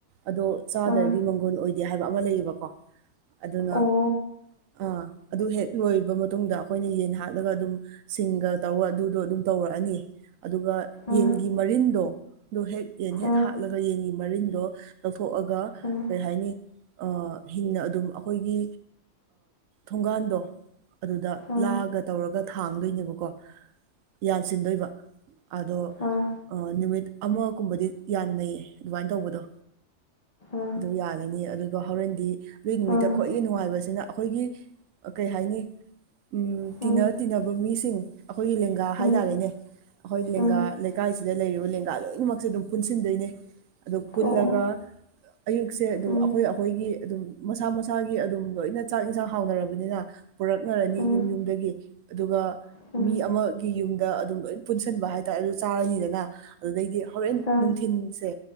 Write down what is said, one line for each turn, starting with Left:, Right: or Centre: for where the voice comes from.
Right: ꯑꯗꯣ ꯆꯥꯗ꯭ꯔꯗꯤ
Left: ꯑꯥ
Right: ꯃꯪꯒꯣꯟ ꯑꯣꯏꯗꯦ ꯍꯥꯏꯕ ꯑꯃ ꯂꯩꯌꯦꯕꯀꯣ ꯑꯗꯨꯅ
Left: ꯑꯣ
Right: ꯑꯥ ꯑꯗꯨ ꯍꯦꯛ ꯂꯣꯏꯔꯕ ꯃꯇꯨꯡꯗ ꯑꯩꯈꯣꯏꯅ ꯌꯦꯟ ꯍꯥꯠꯂꯒ ꯑꯗꯨꯝ ꯁꯤꯡꯒ ꯇꯧꯔꯒ ꯑꯗꯨꯗꯣ ꯑꯗꯨꯝ ꯇꯧꯔꯛꯑꯅꯤ ꯑꯗꯨꯒ
Left: ꯑꯥ
Right: ꯌꯦꯟꯒꯤ ꯃꯔꯤꯟꯗꯣ ꯑꯗꯨ ꯍꯦꯛ ꯌꯦꯟ ꯍꯦꯛ
Left: ꯑꯥ
Right: ꯍꯥꯠꯂꯒ ꯌꯦꯟꯒꯤ ꯃꯔꯤꯟꯗꯣ ꯂꯧꯊꯣꯛꯑꯒ
Left: ꯑꯥ ꯑꯥ
Right: ꯀꯩ ꯍꯥꯏꯅꯤ ꯍꯤꯡꯅ ꯑꯗꯨꯝ ꯑꯩꯈꯣꯏꯒꯤ ꯊꯣꯡꯒꯥꯟꯗꯣ ꯑꯗꯨꯗ
Left: ꯑꯣ
Right: ꯂꯥꯛꯑꯒ ꯇꯧꯔꯒ ꯊꯥꯡꯗꯣꯏꯅꯦꯕꯀꯣ ꯌꯥꯟꯁꯤꯟꯗꯣꯏꯕ ꯑꯗꯣ
Left: ꯑꯥ
Right: ꯅꯨꯃꯤꯠ ꯑꯃꯒꯨꯝꯕꯗꯤ ꯌꯥꯟꯅꯩꯌꯦ ꯑꯗꯨꯃꯥꯏꯅ ꯇꯧꯕꯗꯣ
Left: ꯑꯥ
Right: ꯑꯗꯨꯝ ꯌꯥꯜꯂꯅꯤ ꯑꯗꯨ ꯑꯗꯣ ꯍꯣꯔꯦꯟꯗꯤ ꯑꯗꯨꯒꯤ ꯅꯨꯃꯤꯠꯇ
Left: ꯑꯥ
Right: ꯈ꯭ꯋꯥꯏꯒꯤ ꯅꯨꯡꯉꯥꯏꯕꯁꯤꯅ ꯑꯩꯈꯣꯏꯒꯤ ꯀꯩ ꯍꯥꯏꯅꯤ ꯎ
Left: ꯎꯝ
Right: ꯇꯤꯟꯅ ꯇꯤꯟꯅꯕ ꯃꯤꯁꯤꯡ ꯑꯩꯈꯣꯏꯒꯤ ꯂꯦꯡꯒꯥ ꯍꯥꯏꯇꯥꯔꯦꯅꯦ
Left: ꯎꯝ
Right: ꯑꯩꯈꯣꯏ ꯂꯦꯡꯒꯥ
Left: ꯎꯝ
Right: ꯂꯩꯀꯥꯏꯁꯤꯗ ꯂꯩꯔꯤꯕ ꯂꯦꯡꯒꯥ ꯂꯣꯏꯅꯃꯛꯁꯦ ꯑꯗꯨꯝ ꯄꯨꯟꯁꯤꯟꯗꯣꯏꯅꯦ ꯑꯗꯨ ꯄꯨꯜꯂꯒ
Left: ꯑꯣ ꯑꯣ
Right: ꯑꯌꯨꯛꯁꯦ ꯑꯗꯨꯝ
Left: ꯎꯝ
Right: ꯑꯩꯈꯣꯏꯒꯤ ꯑꯗꯨꯝ ꯃꯁꯥ ꯃꯁꯥꯒꯤ ꯑꯗꯨꯝ ꯂꯣꯏꯅ ꯆꯥꯛ ꯏꯟꯁꯥꯡ ꯍꯥꯎꯅꯔꯕꯅꯤꯅ ꯄꯨꯔꯛꯅꯔꯅꯤ
Left: ꯎꯝ
Right: ꯌꯨꯝ ꯌꯨꯝꯗꯒꯤ ꯑꯗꯨꯒ
Left: ꯎꯝ
Right: ꯃꯤ ꯑꯃꯒꯤ ꯌꯨꯝꯗ ꯑꯗꯨꯝ ꯂꯣꯏ ꯄꯨꯟꯁꯤꯟꯕ ꯍꯥꯏꯇꯥꯔꯦ ꯑꯗꯨ ꯆꯥꯔꯅꯤꯗꯅ ꯑꯗꯨꯗꯩꯗꯤ ꯍꯣꯔꯦꯟ
Left: ꯑ
Right: ꯅꯨꯡꯊꯤꯟꯁꯦ